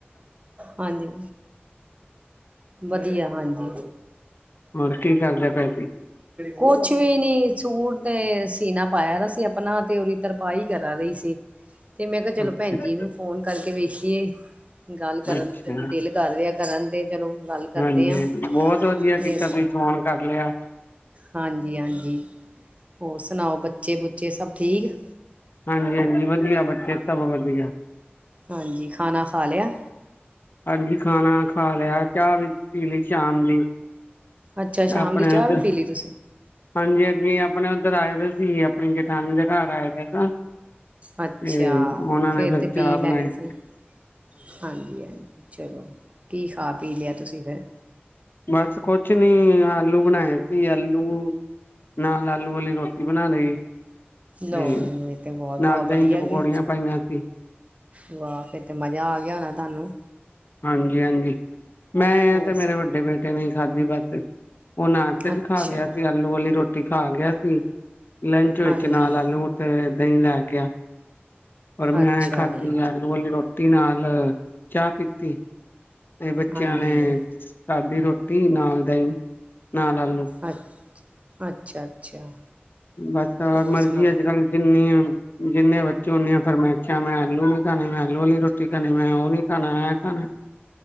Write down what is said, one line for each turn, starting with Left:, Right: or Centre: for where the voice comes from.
Right: ਹਾਂਜੀ। ਵਧੀਆ ਹਾਂਜੀ।
Left: ਹੋਰ ਕੀ ਕਰਦੇ ਪਏ ਸੀ
Right: ਕੁਛ ਵੀ ਨਹੀਂ, ਸੂਟ ਤੇ ਸੀਨਾ ਪਾਇਆ ਦਾ ਸੀ ਆਪਣਾ ਤੇ ਉਹਦੀ ਤਰਪਾਹੀ ਕਰਾ ਰਹੀ ਸੀ। ਤੇ ਮੈਂ ਕਿਹਾ ਚਲੋ
Left: ਅੱਛਾ
Right: ਭੈਣ ਜੀ ਨੂੰ ਫੋਨ ਕਰਕੇ ਵੇਖੀਏ। ਗੱਲ ਕਰਨ
Left: ਅੱਛਾ
Right: ਦਿਲ ਕਰ ਰਿਹਾ ਕਰਨ ਤੇ ਚਲੋ ਗੱਲ। ਕਰਦੇ
Left: ਹਾਂਜੀ
Right: ਹਾਂ
Left: ਹਾਂਜੀ, ਬੌਤ ਵਧੀਆ
Right: ਵੇਸਟ
Left: ਕੀਤਾ, ਤੁਸੀ ਫੋਨ ਕਰ ਲਿਆ।
Right: ਹਾਂਜੀ ਹਾਂਜੀ, ਹੋਰ ਸੁਣਾਓ ਬੱਚੇ-ਬੁੱਚੇ ਸਭ ਠੀਕ?
Left: ਹਾਂਜੀ ਹਾਂਜੀ, ਵਧੀਆ ਬੱਚੇ ਸਭ ਵਧੀਆ।
Right: ਹਾਂਜੀ, ਖਾਣਾ ਖਾ ਲਿਆ?
Left: ਹਾਂਜੀ, ਖਾਣਾ ਖਾ ਲਿਆ, ਚਾਹ ਵੀ ਪੀ ਲੀ ਸ਼ਾਮ ਦੀ।
Right: ਅੱਛਾ ਸ਼ਾਮ
Left: ਅਪਣੇ
Right: ਦੀ ਚਾਹ
Left: ਉਧ
Right: ਵੀ ਪੀ ਲਈ ਤੁਸੀਂ
Left: ਹਾਂਜੀ ਹਾਂਜੀ, ਅਪਣੇ ਉੱਧਰ ਆਏ ਦੇ ਸੀ ਅਪਣੀ ਜਠਾਣੀ ਦੇ ਘਰ ਆਏ ਦੇ ਸਾਂ।
Right: ਅੱਛਾ,
Left: ਤੇ ਉਹਨਾਂ
Right: ਫੇਰ
Left: ਨੇ ਫਿਰ
Right: ਤੇ ਪੀ
Left: ਚਾਹ
Right: ਈ ਲੈਣੀ
Left: ਬਣਾਈ ਤੇ
Right: ਸੀ। ਹਾਂਜੀ ਹਾਂਜ ਚਲੋ, ਕੀ ਖਾ ਪੀ ਲਿਐ ਤੁਸੀਂ ਫੇਰ?
Left: ਬਾਸ ਕੋਛ ਨੀ, ਆਲੂ ਬਣਾਏ ਸੀ ਆਲੂ। ਨਾਲ ਆਲੂ ਵਾਲੀ ਰੋਟੀ ਬਣਾ ਲਈ।
Right: ਲੋ
Left: ਤੇ
Right: ਜੀ ਏ ਤੇ ਵੋ ਮੋ
Left: ਨਾਲ ਦਹੀਂ
Right: ਵਧੀਆ
Left: ਚ ਪਕੌੜੀਆਂ
Right: ਕੀ
Left: ਪਾਈਆਂ ਸੀ
Right: ਵਾਅ, ਫੇਰ ਤੇ ਮਜ਼ਾ ਆ ਗਿਆ ਹੋਣੈ ਤਾਨੂੰ?
Left: ਹਾਂਜੀ ਹਾਂਜੀ, ਮੈਂ ਐ
Right: ਹੋ
Left: ਤੇ
Right: ਸ
Left: ਮੇਰੇ ਵੱਡੇ ਬੇਟੇ ਨੇ ਈ ਖਾਧੀ ਬੱਸ। ਓ ਨਾਸ਼ਤੇ ਚ
Right: ਅੱਛਾ
Left: ਖਾ ਗਿਆ ਸੀ, ਆਲੂ ਵਾਲੀ ਰੋਟੀ ਖਾ ਗਿਆ ਸੀ। ਲੰਚ ਵਿੱਚ
Right: ਹਾਂਜੀ
Left: ਨਾਲ ਆਲੂ ਤੇ ਦਹੀਂ ਲੈ ਗਿਆ। ਔਰ ਮੈਂ
Right: ਅੱਛਾ
Left: ਖਾਧੀ
Right: ਜੀ
Left: ਆਲੂ ਆਲੀ ਰੋਟੀ ਨਾਲ ਚਾਹ ਪੀਤੀ। ਏ ਬੱਚਿਆਂ
Right: ਹਾਂਜੀ
Left: ਨੇ ਖਾਦੀ ਰੋਟੀ ਨਾਲ ਦਹੀਂ ਨਾਲ ਆਲੂ‌।
Right: ਅੱਛ ਅੱਛਾ, ਅੱਛਾ।
Left: ਬਸ ਅ
Right: ਹੋਰ
Left: ਮਰਜੀ
Right: ਸੁਣਾਓ
Left: ਅੱਜ-ਕੱਲ ਜਿੰਨੀ ਅ ਜਿੰਨੇ ਬੱਚੇ ਉਣੀਆ ਫਰਮੈਸਾ਼। ਮੈਂ ਆਲੂ ਨੀ ਖਾਣੇ ਮੈਂ ਆਲੂ ਆਲੀ ਰੋਟੀ ਖਾਣੀ, ਮੈਂ ਓਹ ਨੀ ਖਾਣਾ ਐਂ ਖਾਣੈ।